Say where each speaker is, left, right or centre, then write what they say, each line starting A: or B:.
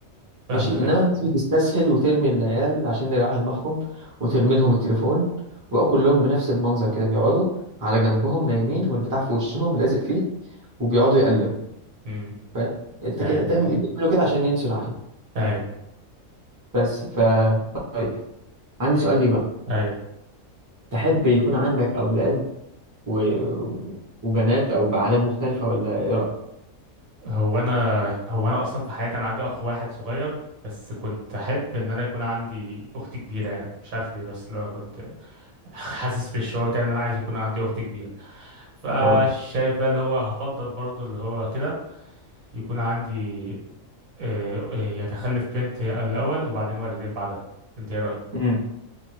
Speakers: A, on the right (about 75°); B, on the right (about 15°).
A: فاهمك
B: ماشي انما
A: اي
B: الناس بتستسهل وترمي العيال عشان يريحوا دماغهم وترمي لهم التليفون وبقوا كلهم بنفس المنظر كده بيقعدوا على جنبهم نايمين والبتاع في وشهم لازق فيه وبيقعدوا يقلبوا
A: امم
B: فاهم انت
A: اي
B: كده تعمل بيعملوا كده عشان ينسوا العيل
A: اي
B: بس ف طيب عندي سؤال ليك بقى
A: اي
B: تحب يكون عندك أولاد و... وبنات أو بأعداد مختلفة ولا إيه رأيك؟
A: هو انا هو انا اصلا في حياتي انا عندي اخ واحد صغير بس كنت احب ان انا يكون عندي اخت كبيره يعني مش عارف ليه بس لو كنت <laughs> حاسس بالشعور كان انا عايز يكون عندي اخت كبيره فشايف
B: اه
A: بقى اللي هو هفضل برضو اللي هو كده يكون عندي آه، آه، يعني اخلف بنت الاول وبعدين ولدين بعدها انت ايه رايك
B: امم